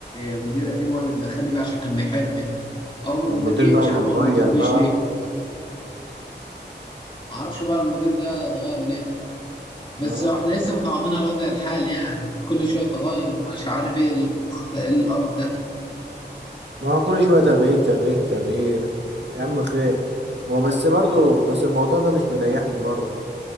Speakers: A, on the left (about 30°); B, on the right (about 75°).
A: مدير قديم هو اللي مدخلني بيه عشان كان بيحبني اول ما
B: والمدير
A: المدير جه
B: بقى
A: مش
B: ما
A: عارف
B: اتغير
A: ما بيطقنيش
B: بقى
A: ليه ما اعرفش بقى المدير ده اتغير ليه بس
B: اه
A: احنا لسه متعاضدين على وضع الحال يعني كل شويه تغير مش عارف ايه ال- إيه القرف ده
B: ما هو كل شوية تغيير تغيير تغيير يا عم خير ما هو بس برضه بس الموضوع ده مش مريحني برضه